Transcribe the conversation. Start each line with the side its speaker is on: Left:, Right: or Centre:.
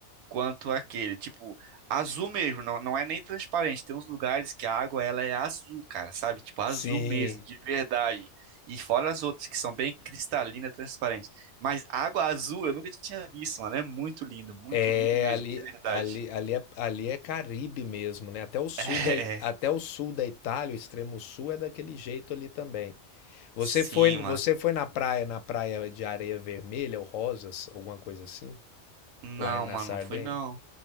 Right: quanto aquele. Tipo, azul mesmo, não, não é nem transparente. Tem uns lugares que a água ela é azul, cara, sabe? Tipo, azul
Left: Sim,
Right: mesmo, de verdade. E fora as outras que são bem cristalina, transparente. Mas água azul eu nunca tinha visto, mano. É muito lindo, muito
Left: é
Right: lindo mesmo,
Left: ali,
Right: de verdade.
Left: ali, ali,
Right: <laughs>
Left: é, ali é Caribe mesmo, né? Até o sul
Right: É,
Left: da, I- até o sul da Itália, o extremo sul é daquele jeito ali também. Você
Right: sim,
Left: foi,
Right: mano
Left: você foi na praia, na praia de areia vermelha ou rosas, alguma coisa assim?
Right: Não,
Left: Lá em- na
Right: mano,
Left: Sardenha?
Right: não fui não.